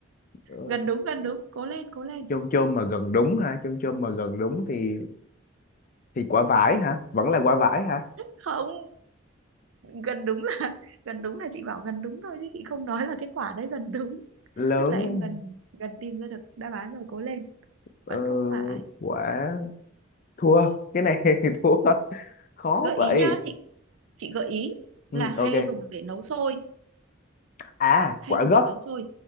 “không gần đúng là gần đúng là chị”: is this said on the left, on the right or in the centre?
Right